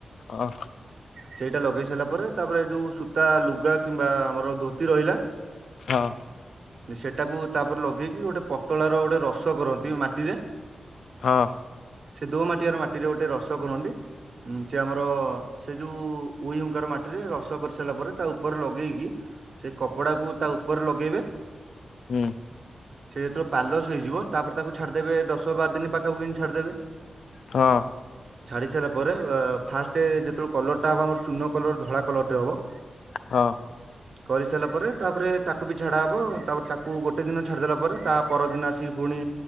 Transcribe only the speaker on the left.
ଓ।
ହଁ।
ହଁ।
ହୁଁ।
ହଁ।
ହଁ।